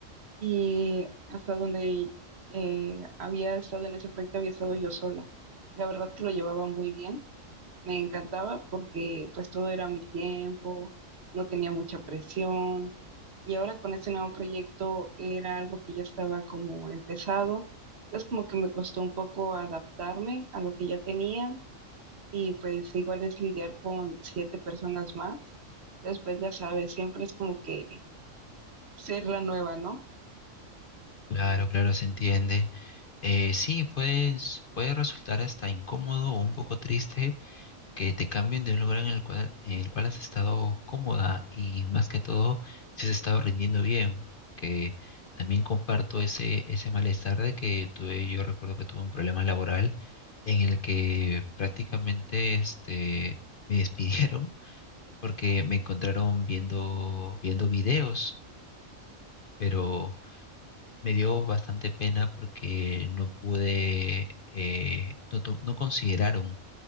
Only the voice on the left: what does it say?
Claro, claro, se entiende. Eh, sí, puedes, puede resultar hasta incómodo o un poco triste que te cambien de un lugar en el cual, en el cual has estado cómoda y más que todo si has estado rindiendo bien, que también comparto ese, ese malestar de que tuve, yo recuerdo que tuve un problema laboral en el que prácticamente este, me <laughs> despidieron porque me encontraron viendo, viendo videos, pero me dio bastante pena porque no pude, eh, no to- no consideraron